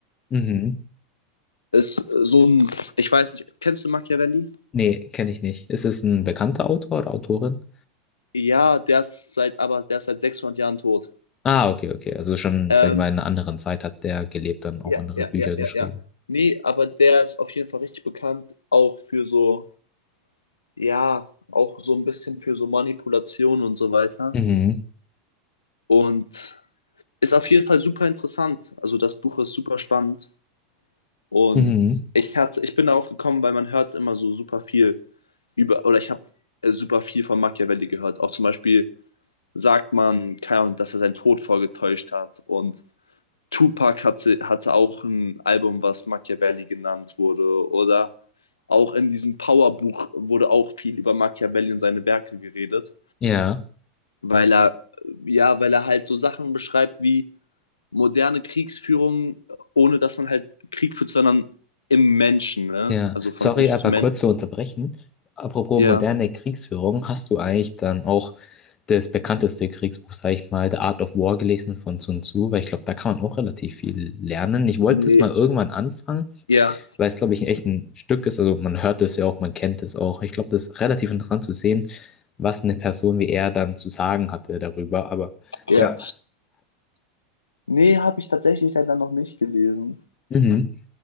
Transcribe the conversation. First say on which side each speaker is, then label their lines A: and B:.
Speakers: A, on the left; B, on the left.
A: mhm.
B: Ist so ein, ich weiß nicht, kennst du Machiavelli?
A: Nee, kenne ich nicht. Ist es ein bekannter Autor oder Autorin?
B: Ja, der ist seit, aber der ist seit 600 Jahren tot.
A: Ah, okay, okay. Also schon,
B: Ähm,
A: sag ich mal, in einer anderen Zeit hat der gelebt, dann auch
B: Ja,
A: andere
B: ja,
A: Bücher
B: ja,
A: geschrieben.
B: ja, ja. Nee, aber der ist auf jeden Fall richtig bekannt, auch für so, ja, auch so ein bisschen für so Manipulation und so weiter.
A: Mhm.
B: Und ist auf jeden Fall super interessant. Also das Buch ist super spannend. Und
A: Mhm.
B: ich hatte, ich bin darauf gekommen, weil man hört immer so super viel über, oder ich habe äh, super viel von Machiavelli gehört. Auch zum Beispiel sagt man, keine Ahnung, dass er seinen Tod vorgetäuscht hat und Tupac hatte, hatte auch ein Album, was Machiavelli genannt wurde. Oder auch in diesem Powerbuch wurde auch viel über Machiavelli und seine Werke geredet,
A: Ja,
B: weil er, ja, weil er halt so Sachen beschreibt wie moderne Kriegsführung, ohne dass man halt Krieg führt, sondern im Menschen, ne?
A: ja.
B: Also von
A: Sorry,
B: Mensch
A: aber
B: zu Mensch.
A: kurz zu unterbrechen. Apropos
B: Ja.
A: moderne Kriegsführung, hast du eigentlich dann auch das bekannteste Kriegsbuch, sag ich mal, The Art of War gelesen von Sun Tzu? Weil ich glaube, da kann man auch relativ viel lernen. Ich wollte
B: Nee,
A: es mal irgendwann anfangen,
B: ja,
A: weil es, glaube ich, echt ein Stück ist. Also man hört es ja auch, man kennt es auch. Ich glaube, das ist relativ interessant zu sehen, was eine Person wie er dann zu sagen hatte darüber. Aber
B: ja.
A: ja.
B: Nee, habe ich tatsächlich leider noch nicht gelesen.
A: Mhm.